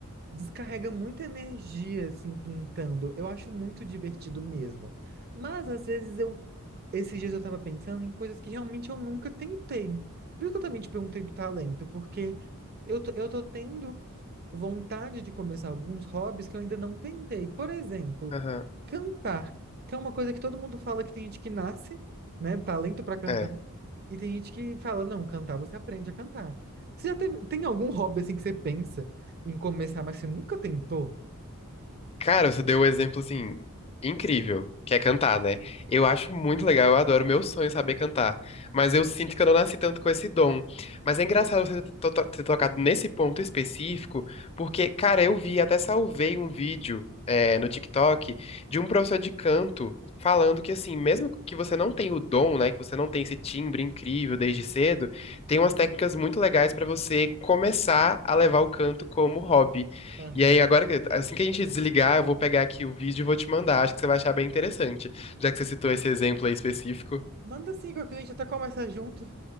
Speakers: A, on the right; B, on the left.
A: descarrega muita energia, assim, pintando. Eu acho muito divertido mesmo. Mas, às vezes, eu... Esses dias eu tava pensando em coisas que realmente eu nunca tentei. Por isso que eu também te perguntei do talento, porque eu tô, eu tô tendo vontade de começar alguns hobbies que eu ainda não tentei. Por exemplo,
B: aham.
A: cantar, que é uma coisa que todo mundo fala que tem gente que nasce, né, talento para cantar,
B: É.
A: e tem gente que fala, não, cantar você aprende a cantar. Você já teve, tem algum hobby assim que você pensa em começar, mas você nunca tentou?
B: Cara, você deu um exemplo assim incrível, que é cantar, né? Eu acho muito legal, eu adoro, meu sonho é saber cantar, mas eu sinto que eu não nasci tanto com esse dom. Mas é engraçado você to- to- ter tocado nesse ponto específico, porque, cara, eu vi, até salvei um vídeo é, no TikTok de um professor de canto falando que assim, mesmo que você não tenha o dom, né, que você não tem esse timbre incrível desde cedo, tem umas técnicas muito legais pra você começar a levar o canto como hobby.
A: Aham.
B: E aí, agora, que- assim que a gente desligar, eu vou pegar aqui o vídeo e vou te mandar. Acho que você vai achar bem interessante, já que você citou esse exemplo aí específico.
A: Manda sim, que a gente até começa junto.